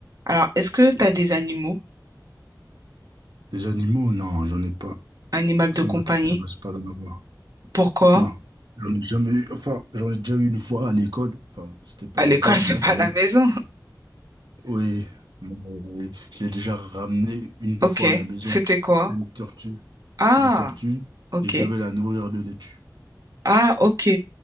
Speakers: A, on the right; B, on the right.
A: Alors, est-ce que tu as des animaux,
B: Des animaux, non, j'en ai pas.
A: animal
B: Sur
A: de compagnie?
B: ma table, c'est pas d'en avoir.
A: Pourquoi?
B: Non, j'en ai jamais eu. Enfin, j'en ai déjà eu une fois à l'école. Enfin, c'était pour
A: À l'école,
B: l'école
A: <laughs> c'est
B: maternelle.
A: pas à la maison.
B: Oui, mais je l'ai déjà ramené une
A: Ok,
B: fois à la maison.
A: c'était quoi?
B: Une tortue.
A: Ah,
B: C'était une tortue
A: ok.
B: et je devais la nourrir de laitue.
A: Ah, ok.